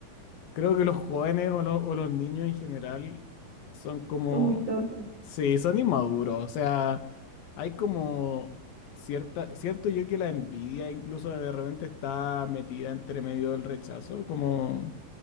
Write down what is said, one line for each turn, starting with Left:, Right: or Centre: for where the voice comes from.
Left: Creo que los jóvenes o los, o los niños en general son como,
Right: Son muy tontas.
Left: sí, son inmaduros. O sea, hay como cierta, siento yo que la envidia incluso de repente está metida entre medio del rechazo, como,